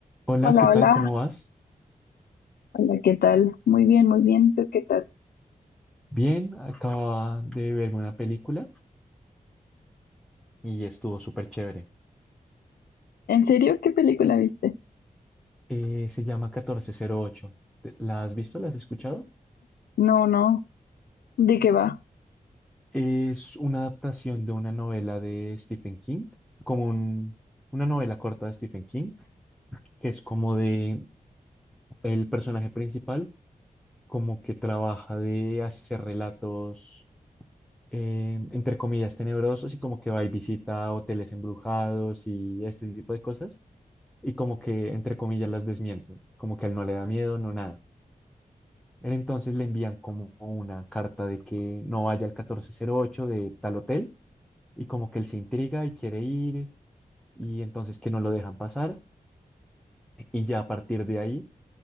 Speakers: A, in the centre; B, on the left.
A: Hola,
B: Hola,
A: ¿qué tal?
B: hola.
A: ¿Cómo vas?
B: Hola, ¿qué tal? Muy bien, muy bien. ¿Tú qué tal?
A: Bien, acababa de verme una película y estuvo súper chévere.
B: ¿En serio? ¿Qué película viste?
A: Eh, se llama 1408. ¿Te- ¿La has visto? ¿La has escuchado?
B: No, no. ¿De qué va?
A: Es una adaptación de una novela de Stephen King, como un- una novela corta de Stephen King, que es como de el personaje principal, como que trabaja de hacer relatos, eh, entre comillas, tenebrosos y como que va y visita hoteles embrujados y este tipo de cosas y como que, entre comillas, las desmiente como que a él no le da miedo, no nada. Él entonces le envían como una carta de que no vaya al catorce cero ocho de tal hotel y como que él se intriga y quiere ir y entonces que no lo dejan pasar y ya a partir de ahí